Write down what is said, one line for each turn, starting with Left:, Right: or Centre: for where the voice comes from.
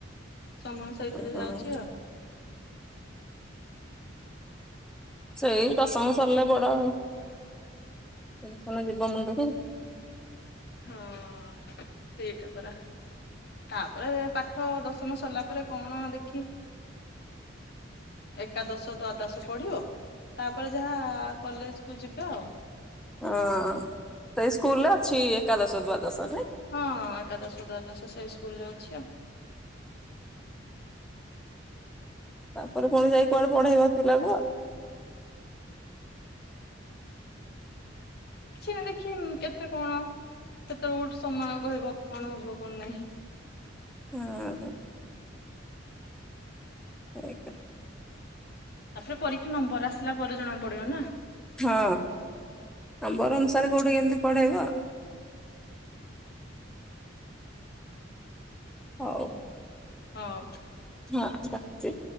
Left: ସମୟ ସେଇଥିରେ
Centre: ହଁ
Left: ଯାଉଚି ଆଉ।
Centre: ସେଇ ଦଶମ ସରିଲେ ବଡ ଟେନ୍ସନ ଯିବ ମୁଣ୍ଡରୁ।
Left: ହଁ ସେଇଟା ପରା। ତାପରେ ପାଠ ଦଶମ ସରିଲା ପରେ କଣ ଦେଖି ଏକାଦଶ ଦ୍ଵାଦଶ ପଢିବ। ତାପରେ ଯାହା କଲେଜ୍ କୁ ଯିବେ ଆଉ।
Centre: ହଁ ସେଇ ସ୍କୁଲରେ ଅଛି ଏକାଦଶ ଦ୍ଵାଦଶ ନାଇଁ?
Left: ହଁ ଏକାଦଶ ଦ୍ୱାଦଶ ସେଇ ସ୍କୁଲ୍ ରେ ଅଛି ଆଉ।
Centre: ତାପରେ ପୁଣି ଯାଇ କୁଆଡେ ପଢେଇବା ପିଲାକୁ ଆଉ।
Left: କିଛି ନା ଦେଖି କେତେ କଣ ସେତଵେଲୁକୁ ଗୋଟେ ସମୟ କହିବ କଣ ହବ କଣ ନାହିଁ।
Centre: ହୁଁ। <inaudible>
Left: ତାପରେ ପରୀକ୍ଷା ନମ୍ବର୍ ଆସିଲା ପରେ ଜଣାପଡିବ ନା।
Centre: ହଁ, ନମ୍ୱର୍ ଅନୁସାରେ କୋଉଠି କେମ୍ତି ପଢେଇବ ଆଉ। ହଉ।
Left: ହଁ।
Centre: ହଁ <unintelligible>